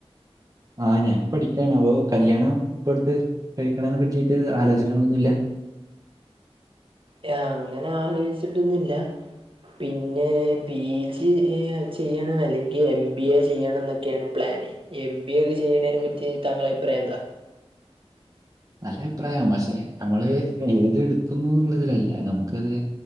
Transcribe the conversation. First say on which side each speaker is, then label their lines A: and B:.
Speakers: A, on the right (about 35°); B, on the right (about 55°).
A: ആഹ് ഞാനും പഠിക്കാണ് അപ്പൊ കല്യാണം ഇപ്പട്ത്ത് കഴിക്കണേന പറ്റിട്ട് ആലോജനകളൊന്നുല്ല
B: യ അങ്ങനെ ആലോയ്ച്ചിട്ടൊന്നുല്ല പിന്നെ പി ജി ഏ ചെയ്യണം അല്ലെങ്കിൽ എം ബി എ ചെയ്യണം എന്നൊക്കെയാണ് പ്ലാന് എം ബി ഒക്കെ ചെയ്യുന്നതിനെ പറ്റി താങ്കളെ അഭിപ്രായം എന്താ
A: നല്ല അഭിപ്രായാ പക്ഷെ നമ്മള് ഏത് എടുക്കുന്നു എന്നുള്ളതിലല്ല നമുക്കത്